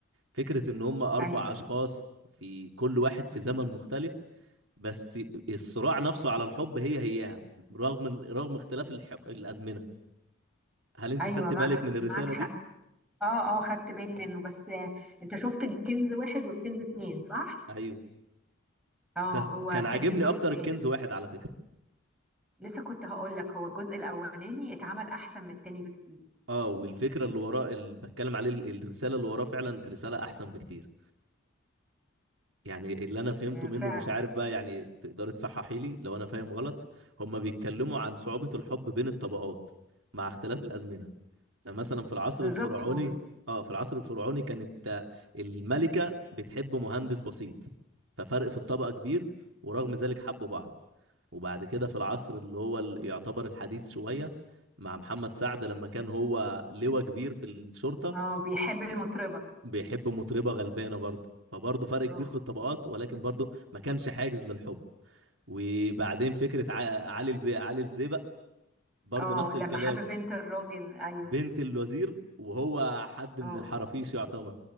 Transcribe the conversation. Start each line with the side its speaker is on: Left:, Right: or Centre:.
Right: فكره ان هم اربع
Centre: ايوه
Right: اشخاص في كل واحد في زمن مختلف بس الصراع نفسه على الحب هي هيها رغم رغم اختلاف الح... الازمنه هل انت
Centre: ايوه
Right: خدت
Centre: مع-
Right: بالك من الرسالة
Centre: معاك حق
Right: دي؟
Centre: اه اه خدت بالي منه بس آه، انت شفت الكنز واحد والكنز اتنين صح؟
Right: ايوه
Centre: اه
Right: بس
Centre: هو
Right: كان عاجبني
Centre: كان ليه جزئين
Right: اكتر الكنز واحد على فكرة
Centre: لسه كنت هقول لك هو الجزء الاولاني اتعمل احسن من التاني بكتير
Right: اه والفكرة اللي وراه اللي بتكلم عليه ال- الرسالة اللي وراه فعلا رسالة احسن بكتير يعني اللي انا فهمته
Centre: آه
Right: منه
Centre: فعلا
Right: مش عارف بقى يعني تقدر تصححي لي لو انا فاهم غلط هما بيتكلموا عن صعوبة الحب بين الطبقات مع اختلاف الازمنة يعني مثلا في العصر
Centre: بالظبط
Right: الفرعوني
Centre: وهم-
Right: اه في العصر الفرعوني كانت آه، الملكة بتحب مهندس بسيط ففرق في الطبقة كبير ورغم ذلك حبوا بعض وبعد كده في العصر اللي هو ال- يعتبر الحديث شوية مع محمد سعد لما كان هو لواء كبير في الشرطة
Centre: اه بيحب المطربة
Right: بيحب مطربة غلبانة برضه فبرضه فرق كبير
Centre: اه
Right: في الطبقات ولكن برضه ما كانش حاجز للحب وبعدين فكرة ع- علي البي علي الزيبق برضه
Centre: اه
Right: نفس
Centre: لما
Right: الكلام
Centre: حب بنت الراجل ايوه
Right: بنت الوزير وهو حد من
Centre: اه
Right: الحرافيش يعتبر